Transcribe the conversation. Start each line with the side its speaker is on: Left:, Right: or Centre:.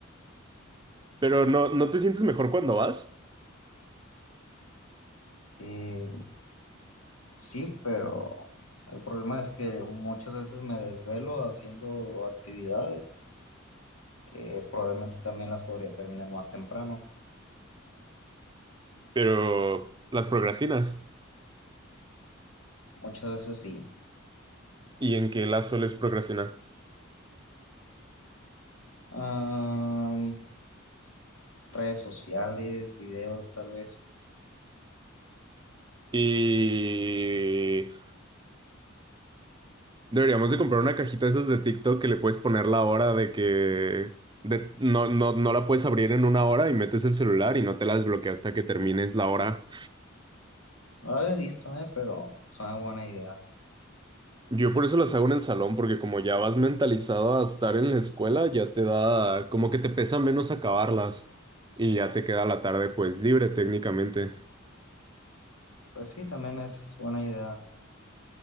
Right: Pero no, no te sientes mejor cuando vas,
Left: Y sí, pero el problema es que muchas veces me desvelo haciendo actividades que probablemente también las podría terminar más temprano.
Right: pero las procrastinas.
Left: Muchas veces sí.
Right: y en qué la sueles procrastinar.
Left: Am, redes sociales, videos, tal vez.
Right: Y deberíamos de comprar una cajita de esas de TikTok que le puedes poner la hora de que de- no, no, no la puedes abrir en una hora y metes el celular y no te la desbloqueas hasta que termines la hora.
Left: No lo había visto, eh, pero es una buena idea.
Right: Yo por eso las hago en el salón, porque como ya vas mentalizado a estar en la escuela, ya te da como que te pesa menos acabarlas y ya te queda la tarde pues libre técnicamente.
Left: Pues sí, también es buena idea.